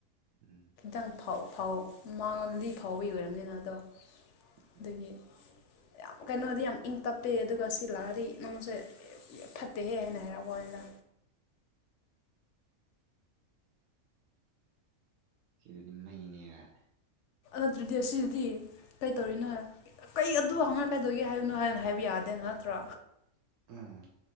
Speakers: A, on the right; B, on the left.
A: ꯎꯝ
B: ꯈꯤꯇꯪ ꯊꯧ ꯐꯧ ꯃꯉꯣꯟꯗꯗꯤ ꯐꯥꯎꯕꯒꯤ ꯑꯣꯏꯔꯝꯅꯤꯅ ꯑꯗꯣ
A: ꯎꯝ
B: ꯑꯗꯨꯒꯤ ꯌꯥꯝ ꯀꯩꯅꯣꯗꯤ ꯌꯥꯝ ꯏꯪ ꯇꯞꯄꯦ ꯑꯗꯨꯒ ꯁꯤ ꯂꯥꯛꯑꯗꯤ ꯅꯡꯁꯦ ꯐꯠꯇꯦꯍꯦ ꯍꯥꯏꯅ ꯍꯥꯏꯔꯛꯄ ꯋꯥꯅꯤꯗ
A: ꯁꯤꯗꯗꯤ ꯃꯩ ꯅꯦꯕ
B: ꯑꯗꯨꯗꯤ ꯑꯁꯤꯗꯗꯤ ꯀꯩꯇꯧꯔꯤꯅꯣ ꯀꯩ ꯑꯗꯨ ꯍꯪꯉꯛꯀꯗꯣꯏꯒꯦ ꯍꯥꯏꯕꯅꯣ ꯍꯥꯏ ꯍꯥꯏꯕ ꯌꯥꯗꯦꯅ ꯅꯠꯇ꯭ꯔꯣ
A: ꯎꯝ